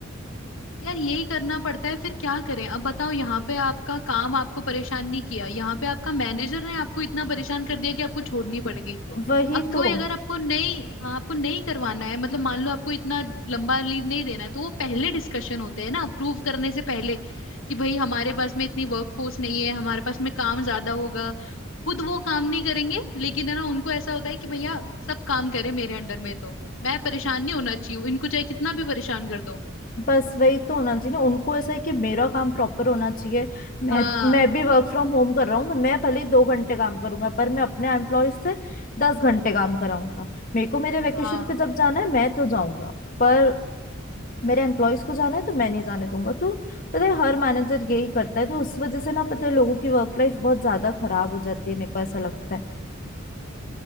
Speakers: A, on the left; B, on the left.
A: यार यही करना पड़ता है फिर क्या करें अब बताओ यहाँ पे आपका काम आपको परेशान नहीं किया यहाँ पे आपका मैनेजर ने आपको इतना परेशान कर दिया कि आपको छोड़नी पड़ गई
B: वही
A: अब कोई
B: तो
A: अगर आपको नहीं हाँ आपको नहीं करवाना है मतलब मान लो आपको इतना लंबा लीव नहीं देना है तो वो पहले डिस्कशन होते हैं ना अप्रूव करने से पहले कि भाई हमारे पास में इतनी वर्कफोर्स नहीं है हमारे पास में काम ज्यादा होगा खुद वो काम नहीं करेंगे लेकिन है ना उनको ऐसा होता है कि भैया सब काम करें मेरे अंडर में तो मैं परेशान नहीं होना चाहिए इनको चाहे कितना भी परेशान कर दो
B: बस वही तो होना चाहिए ना उनको ऐसा है कि मेरा काम प्रॉपर होना चाहिए मैं
A: हाँ
B: मैं भी वर्क फ्रॉम होम कर रहा हूँ तो मैं भले ही दो घंटे काम करूंगा पर मैं अपने एम्प्लॉय से दस घंटे काम कराऊंगा मेरे को मेरे वेकेशन
A: हाँ
B: पे जब जाना है मैं तो जाऊंगा पर मेरे एम्प्लॉयज को जाना है तो मैं नहीं जाने दूंगा तो पता है हर मैनेजर यही करता है तो उस वजह से ना पता है लोगों की वर्क लाइफ बहुत ज्यादा खराब हो जाती है मेरे को ऐसा लगता है